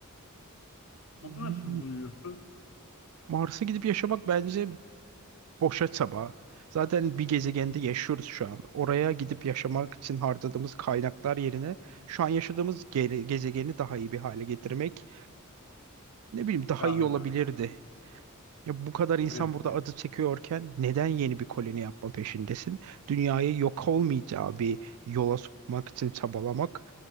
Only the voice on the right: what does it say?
Hmm,
Mars'a gidip yaşamak bence boşa çaba. Zaten bir gezegende yaşıyoruz şu an. Oraya gidip yaşamak için harcadığımız kaynaklar yerine şu an yaşadığımız gere- gezegeni daha iyi bir hale getirmek ne bileyim daha
iyi olabilirdi
Ya bu kadar insan
burada acı çekiyorken neden yeni bir koloni yapma peşindesin? Dünyayı yok olmayacağı bir yola sokmak için çabalamak,